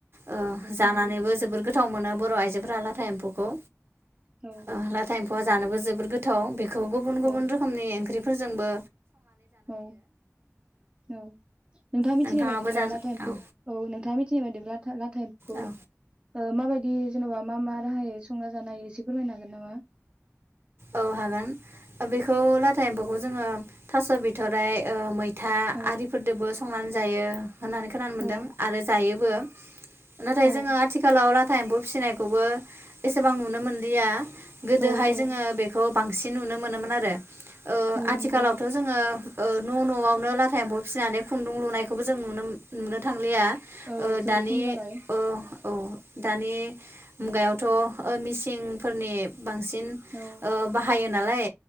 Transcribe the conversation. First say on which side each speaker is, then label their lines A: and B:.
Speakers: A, on the right (about 50°); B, on the right (about 20°).
A: ओ जानानैबो
B: नंगौ
A: जबोद गो थाव मोनो बर आइजोफोरा लाथा एम्फौखौ
B: औ ओ
A: अ लाथा एमफौआ जानोबो जबोद गो थाव गुबुन गुबुन
B: औ
A: रोखोमनि ओंख्रि फोरजोंबो
B: औ औ नोंथाङा मिथिनाय
A: नोंथाङाबो
B: बायदिब्ला
A: जानो
B: लाथा एमफौखौ
A: औ
B: औ नोंथाङा मिथि नाय बादिब्ला लाथा एमफौखौ
A: औ
B: माबाय दि जेनबा मा मा राहायै संना जानो हायो एसे फोरमायनो हागोन नामा?
A: औ हागोन बेखौ लाथा एम्फौखौ जोङो थास बिथराय मै था
B: औ
A: आरिफोरजोंबो संनानै जायो होननानै खोनानो
B: औ
A: मोन्दों आरो जायोबो नाथाय
B: औ
A: जोङो आथिखालाव लाथा एम्फौ फिसिनायखौबो एसेबां नुनो मोनलिया गोदोहाय
B: औ
A: जोङो
B: औ
A: ओ बांसिन नुनो मोनोमोन आरो ओ
B: औ
A: आथिखालावथ'
B: नंगौ
A: जोङो ओ न' न'आवनो लाथा एम्फौ फिसिनानै खुन्दुं लुनायखौबो जों नु-नुनो थांलिया ओ
B: औ जोबोद
A: दानि
B: खम जाबाय
A: ओ औ दानि मुगायावथ' ओ मिसिंफोरनि बांसिन
B: औ
A: ओ बाहायो नालाय